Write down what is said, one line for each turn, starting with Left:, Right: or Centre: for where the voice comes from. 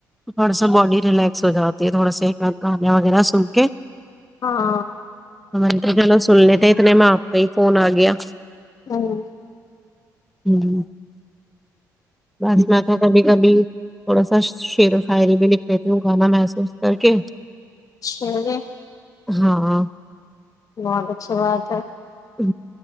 Centre: تھوڑا سا باڈی ریلیکس ہو جاتی ہے تھوڑا گان وغیرہ سن کے
Left: ہاں <inaudible>
Centre: ہم تو چلو سن لیتےے اتنے میں آپ کا ہی فون آ گیا
Left: ہاں <inaudible>
Centre: ہوں <inaudible> بس میں تو کبھی کبھی تھوڑا سا س شعر و شاعری بھی لکھ لیتی ہوں گانا محسوس کر کے
Left: چلیے
Centre: ہاں <inaudible>
Left: بہت اچھی بات ہے
Centre: ہ